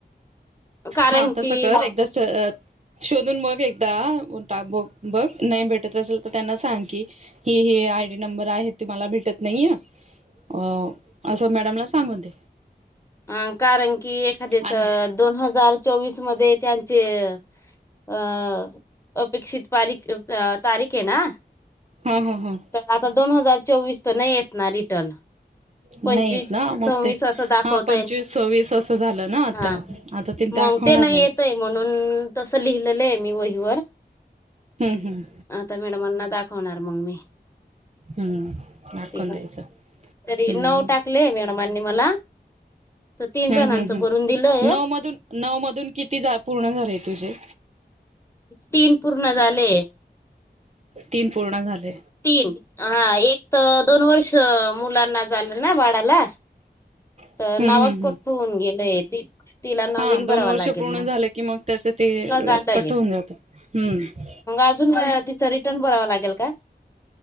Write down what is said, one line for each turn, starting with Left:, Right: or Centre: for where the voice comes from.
Left: कारण
Right: हा तस
Left: की
Right: कर
Left: हा
Right: एकदा शोधून मग एकदा बघ नाही भेटत असेल तर त्यांना सांग की ही हीआयडी नंबर आहे मला भेटत नाही टा नाही अ अस मॅडमला सांगून दे
Left: अ कारण की एखाद्याच
Right: आणि
Left: दोन हजार हजार चोवीस मध्ये त्यांचे अ अपेक्षित पारीख तारीखे ना
Right: हा हा हा
Left: तर आता दोन हजार चोवीस तर नाही येत ना रिटर्न
Right: नाही
Left: पंचवीस
Right: येत ना मग
Left: सव्वीस
Right: ते
Left: असं दाखवत
Right: हा पंचवीस सव्वीस असं झालं ना आता
Left: हा
Right: आता
Left: मग
Right: दाखवणार
Left: ते नाही येतय म्हणून अम् तसं लिहिलेलं आहे मी वहीवर
Right: हम्म हम्म
Left: आता मॅडमांना दाखवणार मग मी
Right: हम्म दाखवून
Left: ते
Right: द्यायचं
Left: तरी
Right: हम्म
Left: नऊ टाकले मॅडमांनी मला तर तीन
Right: हम्म
Left: जणांचं
Right: हम्म हम्म
Left: भरून दिलं आहे
Right: नऊ मधून नऊ मधून किती जा पूर्ण झाले तुझे
Left: तीन पूर्ण होईना झालंय
Right: तीन पूर्ण झाले
Left: तीन एक तर दोन वर्ष मुलांना झालं ना वाढायला
Right: हम्म
Left: तर नावास
Right: हम्म हम्म
Left: कोठठं होऊन गेलंय त तिला नवीन
Right: हा दोन
Left: भरावा
Right: वर्ष
Left: लागेल
Right: पूर्ण
Left: मग
Right: झालं की मग त्याचं ते
Left: चांगे
Right: कट होऊन जातं. हम्म
Left: अजून तिच रिटर्न बरावं लागेल का